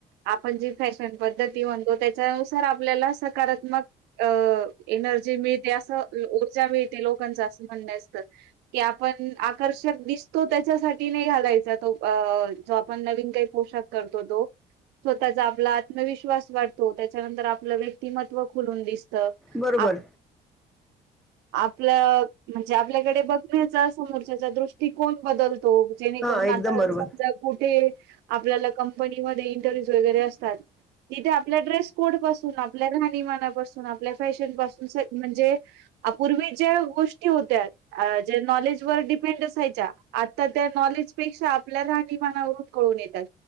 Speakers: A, on the right; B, in the centre.
A: आपण जी फॅशन पद्धती म्हणतो त्या त्यानुसार आपल्याला सकारात्मक अ एनर्जी मिळते असं ऊर्जा मिळते लोकांच असं म्हणण्यास की आपण आकर्षक दिसतो त्याच्यासाठी नाही घालायचा तो अ जो आपण नवीन काही पोशाख करतो तो स्वतःचा आपला आत्मविश्वास वाटतो त्याच्यानंतर आपलं व्यक्तिमत्व खुलून दिसतो तर
B: बरोबर.
A: आप आपलं म्हणजे आपल्याकडे बघण्याचा समोरच्या दृष्टिकोन बदल तो जेणेकरून
B: हां, एकदम
A: आता
B: बरोबर.
A: समजा ते आपल्याल कम इंटरव्यू वगैरे असतात तिथे आपल्या ड्रेस कोड पासून आपल्या राणी मानापासून आपल्या फॅशन पासून म्हणजे पूर्वी जे गोष्टी होतात जे नॉलेज वर डिपेंड असायच्या आता त्या नॉलेज पेक्षा आपल्या राहणीमान मानावरून कळून येतात